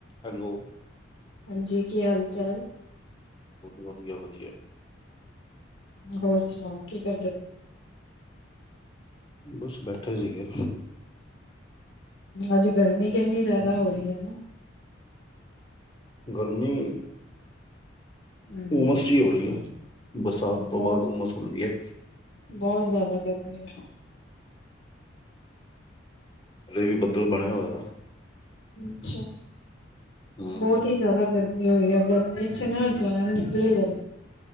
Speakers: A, on the left (about 25°); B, on the left (about 65°).
A: ਹੈਲੋ
B: ਹਾਂਜੀ ਕੀ ਹਾਲ ਚਾਲ?
A: ਵਧੀਆ ਵਧੀਆ।
B: ਹੋਰ ਸੁਣਾਓ ਕੀ ਕਰਦੇ ਓ?
A: ਬਸ ਬੈਠੇ ਸੀਗੇ।
B: ਅੱਜ ਗਰਮੀ ਕਿੰਨੀ ਜ਼ਿਆਦਾ ਹੋ ਰਹੀ ਐ ਨਾ।
A: ਗਰਮੀ।
B: ਹੂੰ
A: ਉਮਸ ਜਿਹੀ ਹੋ ਰਹੀ ਆ ਬਰਸਾਤ ਤੋਂ
B: ਬਹੁਤ
A: ਬਾਅਦ ਉਮਸ ਹੁੰਦੀ ਆ।
B: ਬਹੁਤ ਜ਼ਿਆਦਾ ਗਰਮੀ ਐ।
A: ਹਲੇ ਵੀ ਬੱਦਲ ਬਣਿਆ ਹੋਇਆ।
B: ਅੱਛਾ,
A: ਹਮ
B: ਬਹੁਤ ਹੀ ਜ਼ਿਆਦਾ ਗਰਮੀ ਹੋਈ ਆ ਗਰਮੀ ਚ ਨਾ ਜਾਣ। ਚਲੀ ਜਾਂ